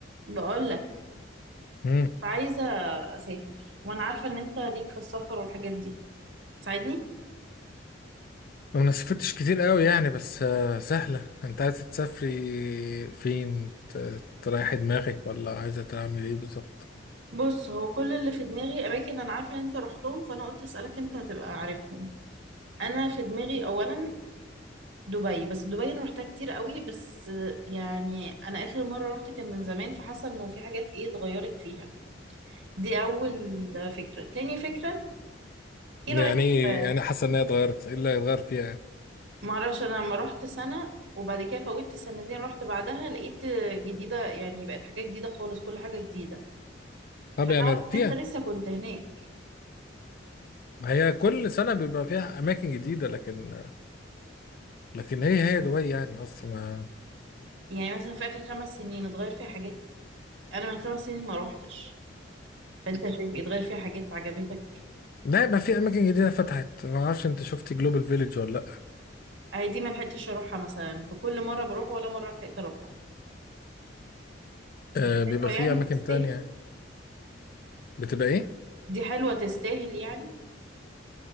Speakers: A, on the right; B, on the left.
A: بقول لك
B: امم
A: عايزة أسافر وأنا عارفة إن أنت ليك في السفر والحاجات دي تساعدني
B: ما سافرتش كتير قوي يعني بس آه، سهلة انت عايزة تسافري فين ت- تريحي دماغك ولا عايزة تعمل ايه بالظبط
A: بص هو كل اللي في دماغي أماكن أنا عارفة إن أنت رحتهم فأنا قلت أسألك أنت هتبقى عارفهم أنا في دماغي أولا دبي بس دبي أنا رحتها كتير قوي بس يعني أنا آخر مرة رحت كان من زمان فحاسة إنه في حاجات إيه اتغيرت فيها دي أول فكرة تاني فكرة إيه
B: يعني
A: رأيك
B: ايه
A: آه،
B: يعني حاسة انها اتغيرت ايه اللي هيتغير فيها يعني
A: معرفش أنا لما رحت سنة وبعد كده فوتت سنتين رحت بعدها لقيت جديدة يعني بقت حاجة جديدة خالص كل حاجة جديدة
B: طب
A: فانا
B: يعني
A: عارفه
B: رحتيها
A: ان انت لسه كنت هناك
B: ما هي كل سنة بيبقى فيها أماكن جديدة لكن لكن هي هي دبي يعني قصدي ما
A: يعني مثلا في اخر خمس سنين اتغير فيها حاجات انا من خمس سنين ما روحتش فانت شايف إيه؟ اتغير فيها حاجات عجبتك
B: لا يبقى في أماكن جديدة فتحت ما أعرفش أنت شفتي جلوبال فيليج ولا لأ
A: هي دي ما لحقتش اروحها مثلا فكل مره بروح ولا مره لحقت اروحها
B: آه بيبقى
A: حلوة
B: في
A: يعني
B: أماكن
A: تستاهل
B: تانية بتبقى إيه؟
A: دي حلوه تستاهل يعني